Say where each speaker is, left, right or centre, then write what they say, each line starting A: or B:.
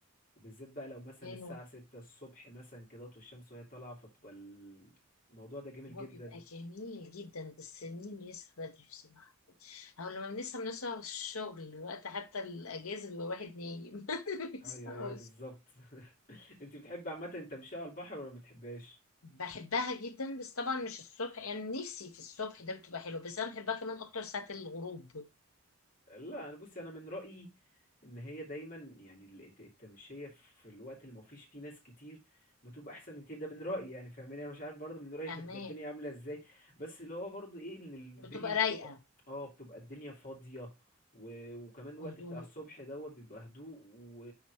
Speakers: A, on the left (about 40°); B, on the left (about 75°).
A: وبالذات بقى لو مثلا
B: حلوة
A: الساعه ستة الصبح مثلا كده والشمس وهي طالعه فبتبقى ال- الموضوع ده جميل
B: هو
A: جدا
B: بيبقى جميل جدا بس مين يصحى بدري بصراحة أو لما بنصحى بنصحى الشغل الوقت حتى الأجازة بيبقى واحد نايم <laughs> مبيصحاش.
A: ايوه ايوه بالظبط <laughs> انت بتحب عامه التمشية على البحر ولا ما بتحبهاش
B: بحبها جدا بس طبعا مش الصبح يعني نفسي في الصبح ده بتبقى حلوة بس أنا بحبها كمان أكتر ساعة الغروب
A: لا انا بصي انا من رأيي ان هي دايما يعني الت- التمشية في الوقت اللي ما فيش فيه ناس كتير بتبقى احسن من كتير ده من رأيي يعني فاهماني انا مش عارف برضه من رأيك
B: فاهمة
A: هتبقى الدنيا عاملة ازاي بس اللي هو برضه ايه ان الدنيا
B: بتبقى
A: بتبقى
B: رايقة
A: اه بتبقى الدنيا فاضية و... وكمان الوقت
B: وهدوء
A: بتاع الصبح دوت بيبقى هدوء و...